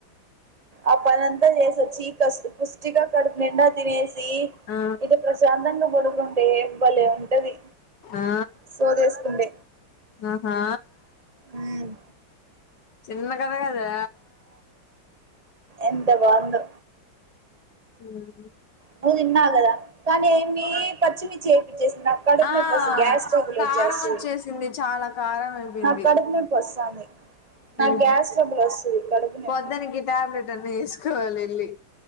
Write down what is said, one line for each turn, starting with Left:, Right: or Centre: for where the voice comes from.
Right: అ పనంతా చేసొచ్చి క పుష్టిగా కడుపు నిండా తినేసి
Left: ఆ
Right: ఇది ప్రశాంతంగా పొడుగుంటే బలే ఉంటది
Left: ఆ
Right: సోదేసుకుంటే
Left: ఆహా
Right: ఉమ్
Left: చిన్న కదగదే
Right: ఎంత బాందో
Left: హు
Right: నువ్వు తిన్నావుకదా కానీ ఏమి పచ్చిమిర్చి ఎపిచ్చేసినా కడుపునొపి
Left: ఆ
Right: వస్తు గ్యాస్ ట్రబుల్ లో
Left: కారం
Right: గ్యాసు
Left: వచ్చేసింది చాలా కారం అయిపోయింది
Right: నాక్ కడుపునొప్పి వస్తాంది నా
Left: నేను
Right: గ్యాస్ ట్రాబ్యూల్ వస్తుంది కడుపు నొప్పి
Left: పొద్దునికి టాబ్లెట్ అన్నా వేసుకోవాలి వెళ్ళి